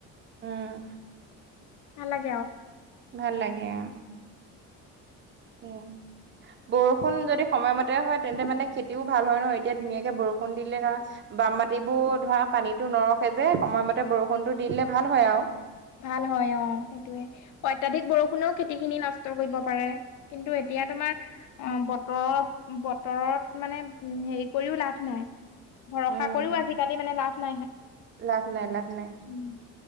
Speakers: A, on the right; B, on the left.
A: উম।
B: নালাগে আৰু।
A: ভাল লাগে অ। উম উম, বৰষুণ যদি সময়মতে হয় তেন্তে মানে খেতিও ভাল হয় ন এতিয়া ধুনীয়াক এতিয়াৰ বৰষুণ দিলে ৰা বাম মাটিবোৰ ধৰা পানীটো নৰখে যে সময়মতে বৰষুণটো দি দিলে ভাল হয় আৰু।
B: ভাল হয় অ' সেইটোয়ে অ অত্যাধিক বৰষুণেও খেতিখিনি নষ্ট কৰিব পাৰে। কিন্তু এতিয়া তোমাৰ অ' বতৰৰ বতৰত মানে উম হেৰি কৰিও লাভ নাই। ভৰসা
A: উম
B: কৰিও আজিকালি মানে লাভ নাই হে
A: লাভ নাই লাভ নাই।
B: উম।